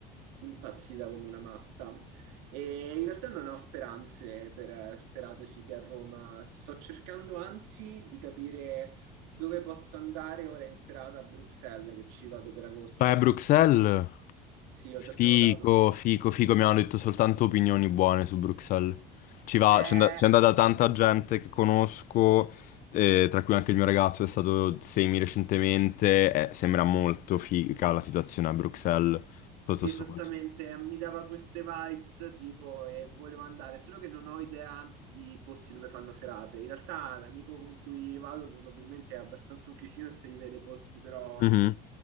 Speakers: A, on the right; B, on the left.
A: impazzita come una matta. E in realtà non ho speranze per eh, serate fighe a Roma. Sto cercando anzi di capire dove posso andare ora in serata a Bruxelles che ci vado per agosto?
B: Vai a Bruxelles?
A: Sì, ho
B: Fico,
A: già prenotato.
B: fico, fico, mi hanno detto soltanto opinioni buone su Bruxelles. Ci va,
A: Eh,
B: c'è and- c'è andata tanta gente che conosco, eh, tra cui anche il mio ragazzo è stato semi recentemente, eh, sembra molto figa la situazione a Bruxelles sotto questo
A: esattamente,
B: punto di
A: mi dava queste vibes tipo e volevo andare, solo che non ho idea di posti dove fanno serate. In realtà l'amico con cui vado probabilmente è abbastanza un chiusino e si rivede i posti, però
B: vista.